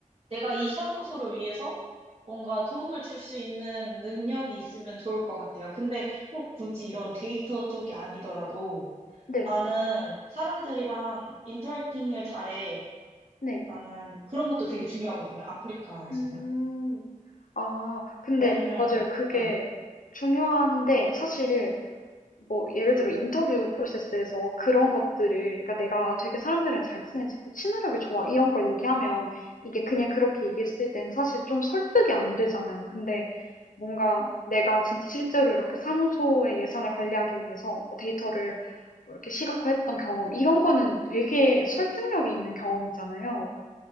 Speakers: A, on the right; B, on the left.
A: 내가 이 사무소를 위해서 뭔가 도움을 줄 수 있는 능력이 있으면 좋을 것 같아요. 근데 꼭 굳이 이런 데이터 쪽이
B: 음.
A: 아니더라도
B: 네.
A: 나는 사람들이랑 인터랙팅을 잘해.
B: 네.
A: 나는 그런 것도 되게 중요하거든요. 아프리카에서는.
B: 음. 아 근데
A: 왜냐면
B: 맞아요. 그게
A: 예.
B: 중요한데 사실 뭐 예를 들어 인터뷰 프로세스에서 그런 것들을 그러니까 내가 되게 사람들이랑 잘 친해지고 친화력이 좋아 이런 걸 얘기하면 이게 그냥 그렇게 얘기했을 땐 사실 좀 설득이 안 되잖아요. 근데 뭔가 내가 진짜 실제로 이렇게 사무소의 예산을 관리하기 위해서 뭐 데이터를 뭐 이렇게 시각화했던 경험 이런 거는 되게 설득력이 있는 경험이잖아요.